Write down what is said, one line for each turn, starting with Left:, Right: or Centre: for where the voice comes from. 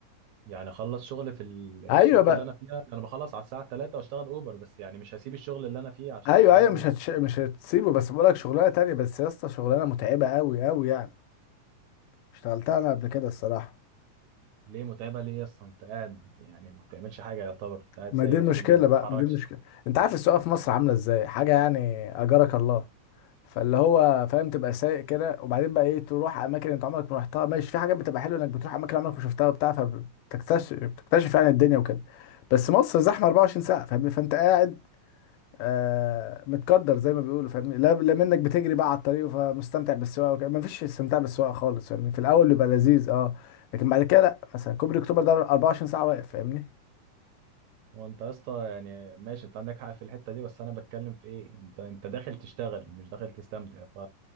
Right: يعني اخلص شغل في ال- الشركه
Left: ايوه بقى
Right: اللي انا فيها انا بخلص على الساعه 3 واشتغل اوبر بس يعني مش هسيب الشغل اللي انا فيه عشان
Left: ايوه
Right: اشتغل
Left: ايوه
Right: اوبر
Left: مش هتش... مش هتسيبه بس بقولك شغلانه تانية بس يا اسطى شغلانه متعبه قوي قوي يعني اشتغلتها انا قبل كده الصراحه
Right: ليه متعبه ليه يا اسطى انت قاعد يعني ما بتعملش حاجه يعتبر انت قاعد
Left: ما
Right: سايق
Left: دي المشكله
Right: طول اليوم ما بتتحركش
Left: بقى ما دي المشكله انت عارف السوق في مصر عامله ازاي حاجه يعني اجرك الله فاللي هو فاهم تبقى سايق كده وبعدين بقى ايه تروح اماكن انت عمرك ما رحتها ماشي في حاجات بتبقى حلوه انك بتروح اماكن عمرك ما شفتها وبتاع فبتكتشف بتكتشف يعني الدنيا وكده بس مصر زحمه 24 ساعه فاهم فانت قاعد آه متقدر زي ما بيقولوا فاهمني لا لا منك بتجري بقى على الطريق فمستمتع بالسواقه وكده مفيش استمتاع بالسواقه خالص فاهمني في الاول بيبقى لذيذ اه لكن بعد كده لا مثلا كوبري اكتوبر ده 24 ساعه واقف فاهمني
Right: وانت يا اسطى يعني ماشي انت عندك حق في الحته دي بس انا بتكلم في ايه انت انت داخل تشتغل مش داخل تستمتع ف